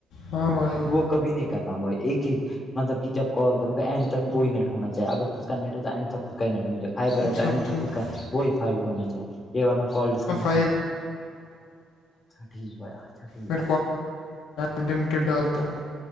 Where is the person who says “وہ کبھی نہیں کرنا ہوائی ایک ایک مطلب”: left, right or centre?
Left